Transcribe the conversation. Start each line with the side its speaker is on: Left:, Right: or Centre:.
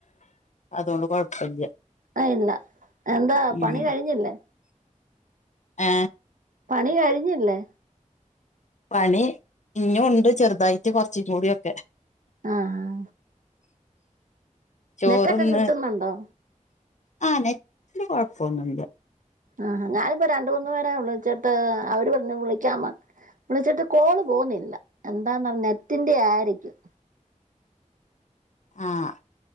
Left: അതോണ്ട് കൊഴപ്പില്ല
Right: ആഹ് ഇല്ല എന്താ
Left: ഉം
Right: പണി കഴിഞ്ഞില്ലേ
Left: ഏ
Right: പണി കഴിഞ്ഞില്ലേ
Left: പണി ഇനീം ഉണ്ട് ചെറുതായിട്ട് കൊറച്ചും കൂടിയൊക്കെ
Right: ആഹ്
Left: ചോറൊന്ന്
Right: നെറ്റൊക്കെ കിട്ടുന്നുണ്ടോ
Left: ആ നെറ്റ്ല് കുഴപ്പോന്നും ഇല്ല
Right: ആഹ് ഞാനിപ്പ രണ്ടുമൂന്ന് പേരേ വിളിച്ചിട്ട് അവര് പറഞ്ഞ് വിളി ക്കാന്ന് വിളിച്ചിട്ട് കോള് പോന്നില്ല എന്താന്നാ നെറ്റിന്റെ ആയിരിക്കും
Left: ആഹ്